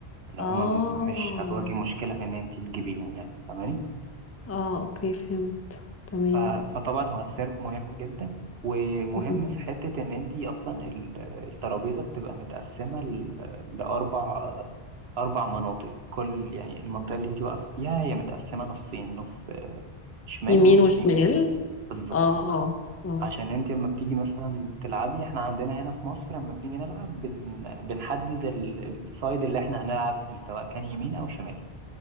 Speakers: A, on the right (about 70°); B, on the left (about 20°).
A: إن
B: اه
A: هما م- مش هتواجهي مشكلة في إن انت تجيبيهم يعني فاهماني
B: اه اوكي فهمت تمام
A: ف- فطبعا هو السيرف مهم جدا ومهم
B: مم.
A: في حتة إن انت أصلا ال- الترابيزة بتبقى متقسمة ل- لأربع أربع مناطق كل يعني المنطقة اللي انت واقفة فيها هي متقسمة نصين نص آه، شمال
B: يمين
A: ونص
B: وشمال
A: يمين بالظبط
B: اه اه اه
A: عشان انت لما بتيجي مثلا تلعبي احنا عندنا هنا في مصر لما بنيجي نلعب بن... بنحدد ال- السايد اللي احنا هنلعب فيه سواء كان يمين او شمال